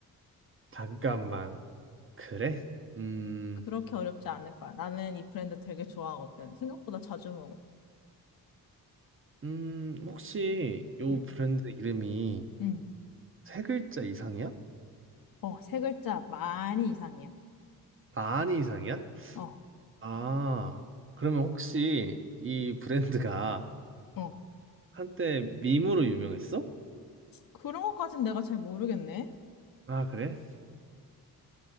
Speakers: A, on the right; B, on the left.
A: 잠깐만. 그래? 음,
B: 그렇게 어렵지 않을 거야. 나는 이 브랜드 되게 좋아하거든. 생각보다 자주 먹어.
A: 음, 혹시 요
B: 응,
A: 브랜드 이름이
B: 응.
A: 세 글자 이상이야?
B: 어, 세 글자 많이 이상이야.
A: 많이 이상이야?
B: 어,
A: 아, 그러면 혹시 이 브랜드가
B: 어.
A: 한때 밈으로 유명했어?
B: 그런 것까진 내가 잘 모르겠네.
A: 아, 그래?